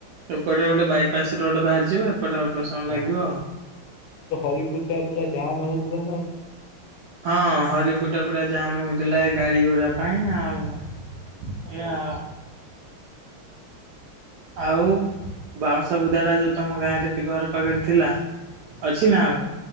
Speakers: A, on the right; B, on the left.
A: ଏପଟେ ଗୋଟେ ବାଇପାସ ରୋଡ ବାହାରିଯିବ ଏପଟେ ଅଳ୍ପ ସମୟ ଲାଗିବ
B: ହଁ
A: ଆଉ।
B: ହରିପୁର ଟା ପୁରା ଜାମ୍ ହୋଉଥିଲାନା ଆଉ।
A: ହଁ ହରିପୁର ଟା ପୁରା ଜାାମ ହୋଉଥିଲା, ଏ ଗାଡି ଘୋଡ଼ା ପାଇଁ ଆଉ। ଏଇଆ।
B: ଆଉ ହଁ
A: ଆଉ ବାଉଁଶ ବୁଦାଟା ଜୋଉ ତୁମ ଗାଁରେ ତମ ଘର ପାଖରେ ଥିଲା
B: ହଁ।
A: ଅଛି ନା ଆଉ?